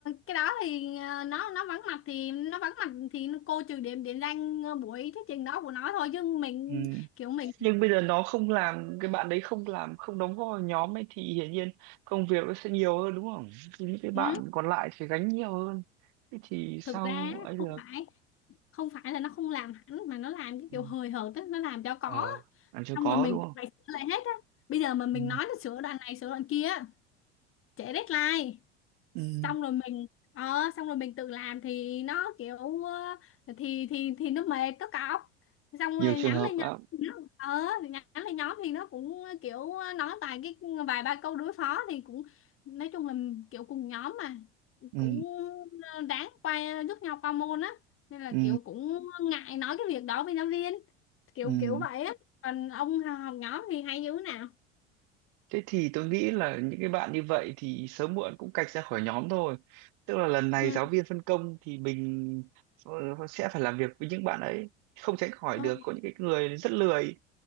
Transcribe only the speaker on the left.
cái đó thì ờ, nó nó vắng mặt thì nó vắng mặt thì nó- cô trừ điểm điểm danh ờ, buổi thuyết trình đó của nó thôi chứ mình
kiểu mình
ừ.
thực ra
không phải không phải là nó không làm hẳn mà nó làm cái
kiểu hời hợt á nó làm cho có
xong
rồi mình
phải sửa lại hết á bây giờ mà mình
nói nó sửa đoạn này sửa đoạn kia á, trễ deadline
xong rồi mình ờ xong rồi mình tự làm thì nó kiểu ờ, thì thì thì nó mệt nó cọc xong
rồi
nhắn
lên
nhóm thì nó- ờ thì nhắn lên nhóm thì nó cũng kiểu nói vài cái vài ba câu đối phó thì cũng nói chung là kiểu cùng nhóm mà
cũng ờ, đáng quay giúp nhau qua môn á nên là
kiểu cũng ngại nói cái việc đó với giáo viên kiểu
kiểu vậy á còn ông học nhóm thì hay dữ nào
ừ.
ờ,